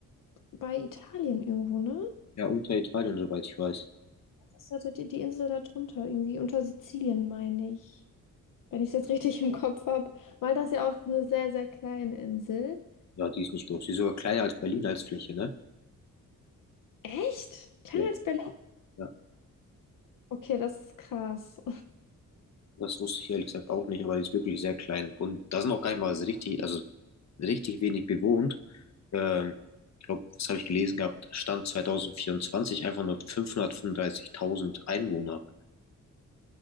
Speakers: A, on the left; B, on the left.
A: bei Italien irgendwo, ne?
B: Ja, unter Italien, soweit ich weiß.
A: Das hatte die, die Insel da drunter irgendwie, unter Sizilien, meine ich. Wenn ich es jetzt richtig im Kopf habe. Malta ist ja auch eine sehr, sehr kleine Insel.
B: Ja, die ist nicht groß. Die ist sogar kleiner als Berlin als Fläche, ne?
A: Echt? Kleiner
B: Ja,
A: als Berlin?
B: ja.
A: Okay, das ist krass.
B: Das wusste ich ehrlich gesagt auch nicht, aber die ist wirklich sehr klein. Und da sind auch gar nicht mal so richtig, also richtig wenig bewohnt. Ähm, ich glaube, was habe ich gelesen gehabt? Stand 2024 einfach nur 535.000 Einwohner.